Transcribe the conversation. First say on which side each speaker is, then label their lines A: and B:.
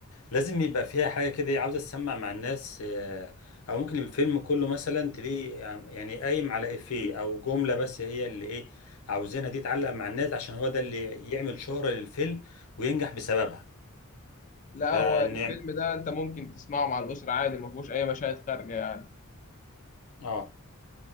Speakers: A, on the left; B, on the left.
A: لازم يبقى فيها حاجه كده إيه، عاوزه تسمع مع الناس آه، او ممكن الفيلم كله مثلا تلاقيه يعني يعني قايم على افيه او جمله بس هي اللي ايه عاوزينها دي تعلق مع الناس عشان هو ده اللي يعمل شهره للفيلم وينجح بسببها
B: لا
A: فنعم
B: هو الفيلم ده انت ممكن تسمعه مع الأسرة عادي ما فيهوش أي مشاهد خارجة يعني
A: اه